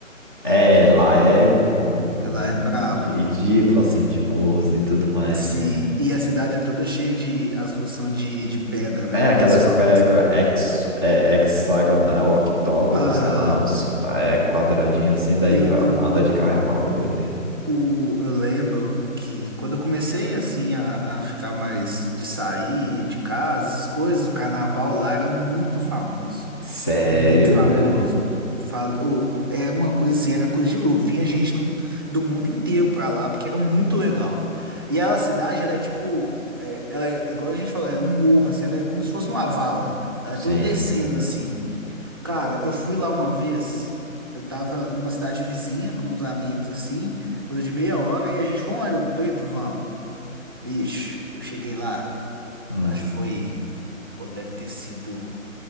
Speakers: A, on the left; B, on the right.
A: É, lá é hum,
B: Lá é brabo.
A: ridículo assim de morros e tudo mais.
B: Sim, e a cidade é toda cheia de. As ruas são de, de pedra, né?
A: É,
B: Não
A: aquelas
B: é asfalto.
A: pega hex, é, hexagonal, octógono,
B: Aham.
A: sei lá, os é, quadradinho assim, daí
B: Eu,
A: pra
B: eu,
A: andar de carro é pauleiro mesmo.
B: o, eu lembro que quando eu comecei assim a, a ficar mais de sair de casa, essas coisas, o carnaval lá era muito famoso.
A: Sério,
B: Muito famoso.
A: velho?
B: Fala, ou, é uma coisa assim, era coisa de louco. Vinha gente do, do mundo inteiro pra lá, porque era muito legal. E ela, a cidade, ela é tipo. é- ela é, igual a gente falou, é um morro, assim, ela é como se fosse uma vala. Ela
A: Sim.
B: é toda descendo assim. Cara, eu fui lá uma vez. Eu tava numa cidade vizinha com uns amigos assim, coisa de meia hora, e a gente, vamos lá, Ouro Preto, vamos. Bicho, eu cheguei lá,
A: Hum.
B: acho que foi, pô, deve ter sido